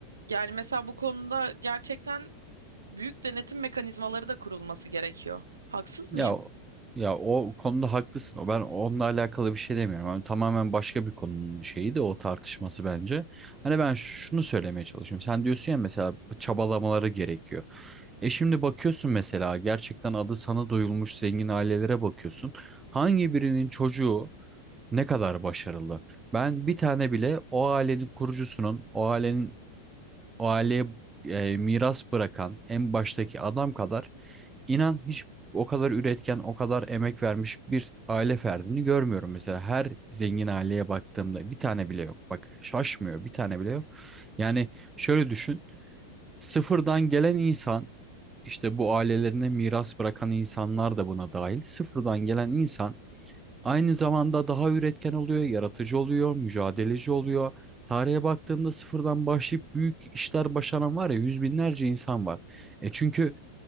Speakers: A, on the right (about 75°); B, on the right (about 15°).
A: Yani mesela bu konuda gerçekten büyük denetim mekanizmaları da kurulması gerekiyor. Haksız
B: Ya
A: mıyım?
B: o- ya o konuda haklısın. O ben onunla alakalı bir şey demiyorum. Hani tamamen başka bir konunun şeyi de o tartışması bence. Hani ben şunu söylemeye çalışıyorum. Sen diyorsun ya mesela çabalamaları gerekiyor. E şimdi bakıyorsun mesela gerçekten adı sana duyulmuş zengin ailelere bakıyorsun. Hangi birinin çocuğu ne kadar başarılı? Ben bir tane bile o ailenin kurucusunun, o ailenin o aileye e, miras bırakan en baştaki adam kadar inan hiç o kadar üretken, o kadar emek vermiş bir aile ferdini görmüyorum. Mesela her zengin aileye baktığımda bir tane bile yok. Bak şaşmıyor bir tane bile yok. Yani şöyle düşün. Sıfırdan gelen insan işte bu ailelerine miras bırakan insanlar da buna dahil. Sıfırdan gelen insan Aynı zamanda daha üretken oluyor, yaratıcı oluyor, mücadeleci oluyor. Tarihe baktığında sıfırdan başlayıp büyük işler başaran var ya yüz binlerce insan var. E çünkü